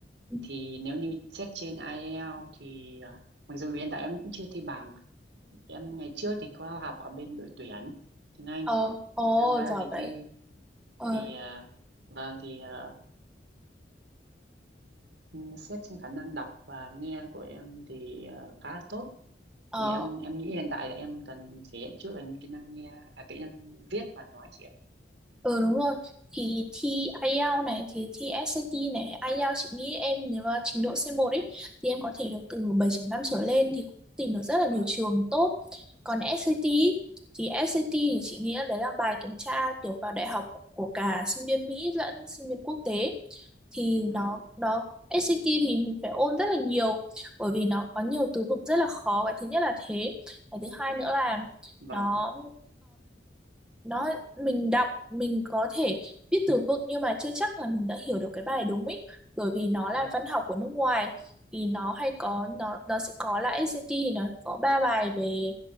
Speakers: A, in the centre; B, on the right.
A: Ừ.
B: Thì nếu như xét trên IELTS thì ờ, mặc dù hiện tại em cũng chưa thi bằng, em ngày trước thì có học ở bên đội tuyển tiếng Anh,
A: ờ ồ
B: có tham gia các
A: giỏi
B: kỳ
A: vậy
B: thi
A: ờ
B: thì ờ, vâng thì ờ, ừm, xét trên khả năng đọc và nghe của em thì ờ, khá là tốt.
A: ờ
B: Thì em em nghĩ hiện tại là em cần thể hiện trước là kỹ năng nghe, à, kỹ năng viết và nói chị ạ.
A: Ừ đúng rồi thì thi IELTS này thì thi SAT này IELTS chị nghĩ em nếu mà trình độ c một ấy thì em có thể được từ 7 năm trở lên thì cũng tìm được rất là nhiều
B: Vâng,
A: trường tốt còn SAT ý, thì SAT thì chị nghĩ là đấy là bài kiểm tra kiểu vào đại học của cả sinh viên Mỹ lẫn sinh viên quốc tế thì nó
B: vâng,
A: nó SAT thì mình phải ôn rất là nhiều bởi vì nó có nhiều từ vựng rất là khó cái thứ nhất là thế cái thứ hai nữa là
B: vâng,
A: nó nó mình đọc mình có thể viết từ vựng nhưng mà chưa chắc là mình đã hiểu được cái bài đúng ý bởi vì nó là
B: vâng,
A: văn học của nước ngoài thì nó hay có nó nó sẽ có là SAT thì nó sẽ có ba bài về